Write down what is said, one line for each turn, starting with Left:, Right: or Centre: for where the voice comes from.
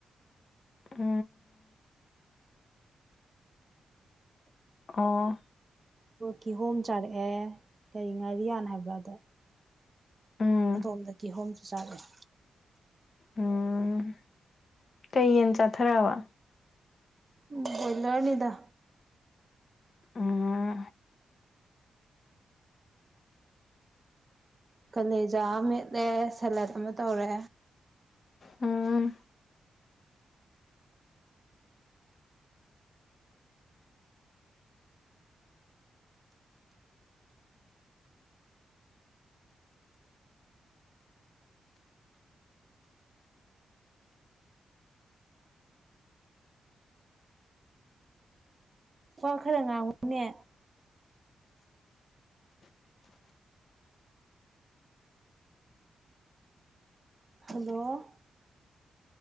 Left: ꯑ ꯑ
Right: ꯀꯤꯍꯣꯝ ꯆꯥꯔꯛꯑꯦ ꯀꯔꯤ ꯉꯥꯔꯤꯌꯥꯟ ꯍꯥꯏꯕ꯭ꯔꯥꯗ
Left: ꯎꯝ
Right: ꯑꯗꯣꯝꯗ ꯀꯤꯍꯣꯝꯁꯨ ꯆꯥꯔꯛꯑꯦ
Left: ꯎꯝ ꯀꯩ ꯌꯦꯟ ꯆꯥꯊꯔꯛꯑꯕ
Right: ꯎ ꯕꯣꯏꯂꯔꯅꯤꯗ
Left: ꯎꯝ
Right: ꯀꯂꯖꯥ ꯑꯃ ꯃꯦꯠꯂꯦ ꯁꯦꯂꯦꯠ ꯑꯃ ꯇꯧꯔꯦ
Left: ꯎꯝ
Right: ꯋꯥ ꯈꯔ ꯉꯥꯡꯉꯨꯅꯦ ꯍꯜꯂꯣ